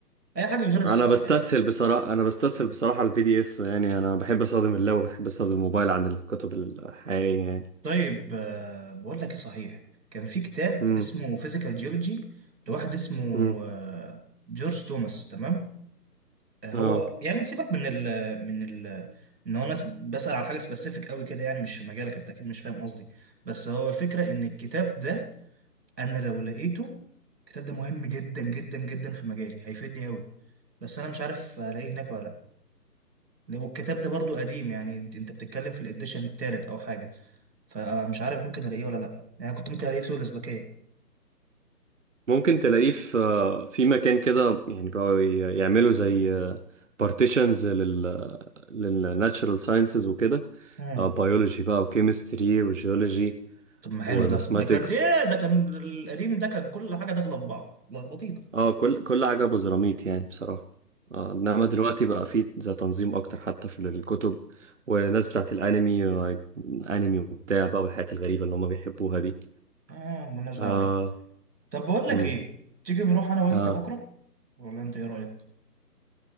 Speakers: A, on the right; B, on the right.
A: أي حاجة غير الصح
B: انا بستسهل
A: يا
B: بصراحه انا بستسهل بصراحه البي دي اس يعني انا بحب استخدم اللاب وبحب استخدم الموبايل عن الكتب الحقيقيه يعني
A: طيب آه، بقول لك إيه صحيح كان في كتاب
B: امم
A: اسمه فيزيكال جيولوجي لواحد اسمه
B: امم
A: آه، جورج توماس تمام آه، هو
B: اه
A: يعني سيبك من ال من ال ان هو ناس بسأل على حاجة سبيسيفيك قوي كده يعني مش في مجالك انت اكيد مش فاهم قصدي بس هو الفكرة ان الكتاب ده انا لو لقيته الكتاب ده مهم جدا جدا جدا في مجالي هيفيدني قوي بس انا مش عارف الاقيه هناك ولا لا والكتاب ده برضو قديم يعني انت بتتكلم في الاديشن التالت او حاجه فمش عارف ممكن الاقيه ولا لا يعني كنت ممكن الاقيه في سوق الاسبكيه
B: ممكن تلاقيه في في مكان كده يعني بقوا ي- يعملوا زي بارتيشنز لل للناتشرال ساينسز وكده
A: مم.
B: بيولوجي بقى وكيمستري وجيولوجي
A: طب ما حلو
B: وماثماتكس
A: ده ده كان ايه ده كان القديم ده كان كل حاجه داخله في بعض لخبطيطه
B: اه كل كل حاجة بزراميط يعني بصراحة آه، انما دلوقتي بقى في زي تنظيم اكتر حتى في الكتب والناس بتاعت الانمي انمي وبتاع بقى والحاجات الغريبة اللي هم بيحبوها دي
A: اه ملناش دعوه
B: اه
A: بيه طب بقول لك
B: امم
A: ايه تيجي نروح انا وانت
B: اه
A: بكره ولا انت ايه رايك